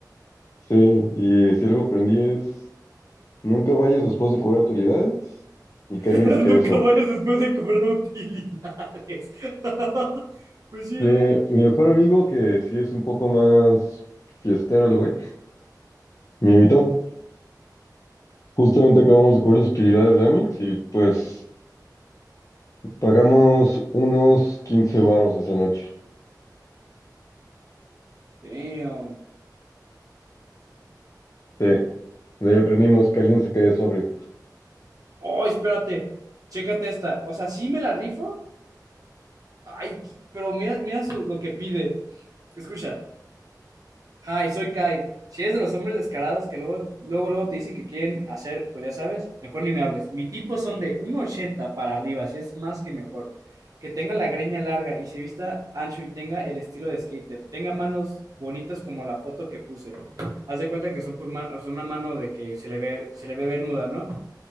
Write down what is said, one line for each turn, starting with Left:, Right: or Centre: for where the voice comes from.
Left: Sí, y si algo aprendí es, nunca vayas después de cobrar utilidades y
Right: <laughs>
Left: que alguien se quede
Right: Nunca
Left: sobre.
Right: vayas después de cobrar utilidades. <laughs> Pues sí,
Left: Sí,
Right: hermano.
Left: mi mejor amigo, que sí es un poco más fiestero el güey, me invitó. Justamente acabamos de cubrir las utilidades de Amex y pues pagamos unos 15 varos esa noche.
Right: Damn.
Left: Sí, de ahí aprendimos que alguien se quede sobrio.
Right: Oh, espérate, chécate esta. O sea, sí me la rifo. Ay, qui- pero mira, mira su- lo que pide. Escucha. Hi, soy Kai. Si eres de los hombres descarados que luego, luego, luego te dicen que quieren hacer, pues ya sabes, mejor ni me hables. Mi tipo son de uno ochenta para arriba, si es más que mejor. Que tenga la greña larga y se vista ancho y tenga el estilo de skater. Tenga manos bonitas como la foto que puse. Haz de cuenta que son, pues, ma- son una mano de que se le ve, se le ve venuda, ¿no?